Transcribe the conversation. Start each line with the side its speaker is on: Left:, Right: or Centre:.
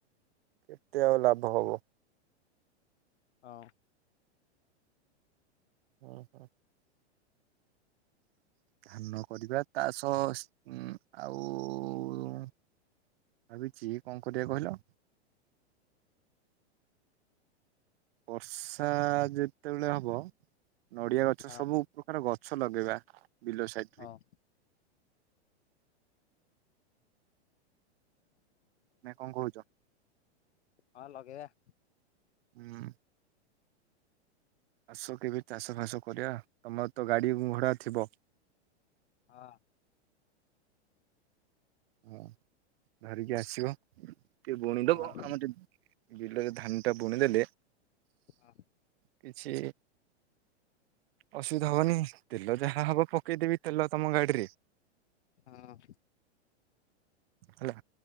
Right: କେତେ ଆଉ ଲାଭ ହବ।
Left: ହଁ।
Right: ହୁଁ ହୁଁ। ଧାନ କରିବା ତା ସହ ଆଉ ଉ। ଭାବିଛି କଣ କରିବା କହିଲ। ବର୍ଷା ଯେତେବେଳେ ହବ ନଡିଆ ଗଛ
Left: ହଁ
Right: ସବୁ ପ୍ରକାର ଗଛ ଲଗେଇବା। ବିଲ ସାଇଟରେ
Left: ହଁ
Right: ନା କଣ କହୁଛ?
Left: ହଁ ଲଗେଇବା।
Right: ହୁଁ ଆସ କେବେ ଚାଷ ଫାସ କରିବା ତମର ତ ଗାଡି଼ ଘଡା ଥିବ।
Left: ହଁ
Right: ହଁ ଧରିକି ଆସିବ ଟିକେ ବୁଣୀ
Left: ହଁ
Right: ଦବ ଆମର ଟିକେ ବିଲରେ ଧାନ ଟା ବୁଣିଦେଲେ
Left: ହଁ
Right: କିଛି ଅସୁବିଧା ହବନି ତେଲ ଯାହା ହବ ପକେଇଦେବି। ତେଲ ତମ ଗାଡିରେ।
Left: ହଁ
Right: ହେଲା